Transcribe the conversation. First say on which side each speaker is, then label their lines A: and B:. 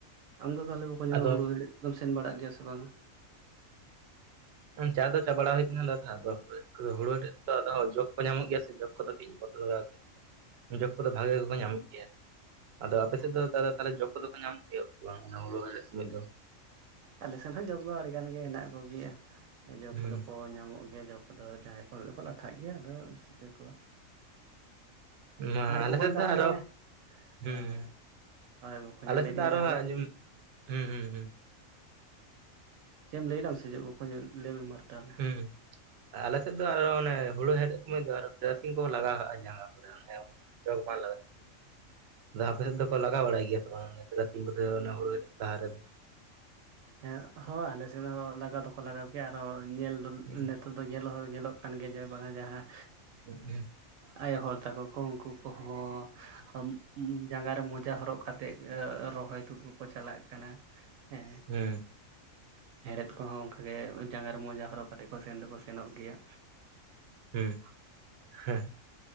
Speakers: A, on the right; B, on the right.
A: ᱟᱢ ᱫᱚ ᱛᱟᱦᱚᱸᱞᱮ ᱵᱟᱠᱚᱧ
B: ᱟᱫᱚ
A: ᱦᱩᱲᱩ ᱦᱮᱲᱦᱮᱸᱫ ᱠᱚᱫᱚᱢ ᱥᱮᱱ ᱵᱟᱲᱟᱜ ᱜᱮᱭᱟ ᱥᱮ ᱵᱟᱝᱟ?
B: ᱪᱟ ᱫᱚ ᱪᱟ ᱵᱟᱲᱟ ᱦᱩᱭ ᱟᱠᱟᱱᱟ ᱫᱟᱫᱟ ᱟᱫᱚ, ᱦᱩᱲᱩ ᱦᱮᱲᱦᱮᱸᱫ ᱠᱚᱫᱚ ᱦᱩᱲᱩ ᱦᱮᱲᱦᱮᱸᱫ ᱠᱚᱫᱚ ᱟᱫᱚ ᱦᱚᱜ ᱡᱚᱜ ᱧᱟᱢᱚᱜ ᱜᱮᱭᱟ ᱡᱚᱠ ᱠᱚᱫ ᱠᱟᱹᱡ ᱤᱧ ᱵᱚᱨᱟᱠᱚᱜᱮᱭᱟ ᱡᱟᱠ ᱠᱚᱫᱚ ᱵᱷᱟᱜᱮ ᱠᱚ ᱧᱟᱢᱚᱜ ᱜᱮᱭᱟ᱾ ᱟᱫᱚ ᱟᱯᱮ ᱥᱮᱫ ᱫᱚ ᱫᱟᱫᱟ ᱛᱟᱦᱚᱸᱞᱮ ᱡᱚᱠ ᱠᱚ ᱫᱚ ᱠᱚ ᱧᱟᱢᱚᱜ ᱜᱮᱭᱟ-ᱟ ᱥᱮ ᱵᱟᱝ ᱚᱱᱟ ᱦᱩᱲᱩ ᱦᱮᱲᱦᱮᱸᱫ ᱥᱚᱢᱚᱭ ᱫᱚ?
A: ᱟᱞᱮ ᱥᱮᱫ ᱦᱚᱸ ᱡᱚᱠ ᱫᱚ ᱟᱹᱰᱤᱜᱟᱱ ᱜᱮ ᱦᱮᱱᱟᱜ ᱠᱚᱜᱮᱭᱟ ᱡᱚᱜ
B: ᱦᱩᱸ
A: ᱠᱚᱫᱚ ᱠᱚ ᱧᱟᱢᱚᱜ ᱜᱮᱭᱟ ᱡᱚᱵ ᱟᱫᱚ ᱡᱟᱸᱦᱟᱭ ᱠᱚᱨᱮ ᱫᱚᱠᱚ ᱞᱟᱴᱷᱟᱜ ᱜᱮᱭᱟ ᱟᱫᱚ ᱪᱤᱠᱟᱹ ᱠᱚᱣᱟ ᱾
B: <inaudible> ᱢᱟ ᱟᱞᱮ
A: ᱵᱚᱠᱚᱧ
B: ᱥᱮᱫ ᱫᱚ
A: ᱛᱟᱦᱚᱞᱮ
B: ᱟᱨᱚ ᱦᱩᱸ
A: ᱦᱮᱸ ᱦᱳᱭ ᱵᱚᱠᱚᱧ
B: ᱟᱞᱮ
A: ᱞᱟᱹᱭ
B: ᱥᱮᱫ ᱫᱚ
A: ᱫᱟᱹᱧ
B: ᱟᱨᱚ
A: ᱛᱟᱦᱚᱞᱮ
B: <unintelligible> ᱦᱩᱸ ᱦᱩᱸ ᱦᱩᱸ
A: ᱪᱮᱫ ᱮᱢ ᱞᱟᱹᱭᱫᱟ ᱥᱮ ᱪᱮᱫ ᱵᱚᱠᱚᱧ ᱞᱟᱹᱭ ᱢᱮ ᱢᱟᱨ ᱛᱟᱦᱚᱸᱞᱮ
B: ᱦᱩ ᱟᱞᱮ ᱥᱮᱫ ᱫᱚ ᱟᱨᱚ ᱚᱱᱮ ᱦᱩᱲᱩ ᱦᱮᱲᱦᱮᱸᱫ ᱥᱚᱢᱚᱭ ᱫᱚ ᱟᱨᱚ ᱛᱟᱹᱨᱥᱤᱱ ᱠᱚᱦᱚᱸ ᱞᱟᱜᱟᱜ-ᱟ ᱡᱟᱸᱜᱟ ᱠᱚᱨᱮ᱾ <inaudible> ᱞᱟᱜᱟᱣ ᱾ <inaudible> ᱟᱫᱚ ᱦᱟᱯᱮ ᱥᱮᱫ ᱫᱚᱠᱚ ᱞᱟᱜᱟᱣ ᱵᱟᱲᱟᱭ ᱜᱮᱭᱟ ᱥᱮ ᱵᱟᱝ ᱛᱟᱨᱟᱥᱤᱧ ᱠᱚᱫᱚ ᱚᱱᱮ ᱦᱩᱲᱩ ᱦᱮᱲᱦᱮᱸᱫ ᱞᱟᱦᱟᱨ ᱨᱮ?
A: ᱦᱮᱸ ᱦᱚᱸ ᱟᱞᱮ ᱥᱮᱫ ᱦᱚᱸ ᱞᱟᱜᱟᱣ ᱫᱚᱠᱚ ᱞᱟᱜᱟᱣ ᱜᱮᱭᱟ ᱟᱨᱚᱦᱚᱸ ᱧᱮᱞ ᱫᱚ
B: ᱦᱩᱸ
A: ᱱᱤᱛᱳᱜ ᱧᱮᱞ ᱦᱚᱸ ᱧᱮᱞᱚᱜ ᱠᱟᱱ ᱜᱮᱭᱟ ᱡᱮ ᱵᱟᱝ ᱡᱟᱦᱟᱸ
B: <unintelligible>
A: ᱟᱭᱳ ᱦᱚᱲ ᱛᱟᱠᱚ ᱠᱚ, ᱩᱱᱠᱩ ᱠᱚᱦᱚᱸ ᱢ ᱩ ᱡᱟᱸᱜᱟ ᱨᱮ ᱢᱚᱡᱟ ᱦᱚᱨᱚᱜ ᱠᱟᱛᱮᱜ, ᱨᱚᱦᱚᱭ ᱛᱩᱫ ᱠᱚᱠᱚ ᱪᱟᱞᱟᱜ ᱠᱟᱱᱟ ᱦᱮᱸ,
B: ᱦᱩᱸ
A: ᱦᱮᱲᱦᱮᱫ ᱠᱚᱦᱚᱸ ᱚᱱᱠᱟᱜᱮ, ᱡᱟᱸᱜᱟ ᱨᱮ ᱢᱚᱡᱟ ᱦᱚᱨᱚᱜ ᱠᱟᱛᱮᱫ ᱠᱚ ᱥᱮᱱ ᱫᱚᱠᱚ ᱥᱮᱱᱚᱜ ᱜᱮᱭᱟ᱾
B: ᱦᱩᱸ ᱦᱮᱸ